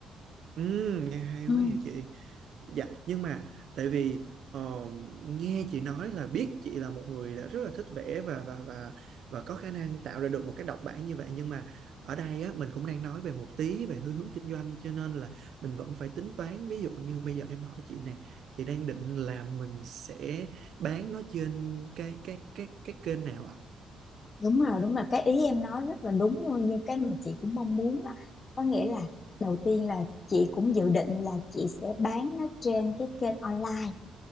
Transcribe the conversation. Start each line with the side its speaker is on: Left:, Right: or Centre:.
Right: ừ nghe hay
Left: ừ,
Right: quá vậy chị Dạ, nhưng mà tại vì ờ, nghe chị nói là biết chị là một người đã rất là thích vẽ và và và và có khả năng tạo ra được một cái độc bản như vậy nhưng mà ở đây á mình cũng đang nói về một tí về hướng hướng kinh doanh cho nên là mình vẫn phải tính toán ví dụ như bây giờ em hỏi chị nè, chị đang định là mình sẽ bán nó trên cái cái cái cái kênh nào ạ?
Left: đúng rồi đúng rồi cái ý em nói rất là đúng luôn như cái mà chị cũng mong muốn đó có nghĩa là đầu tiên là chị cũng dự định là chị sẽ bán nó trên cái kênh online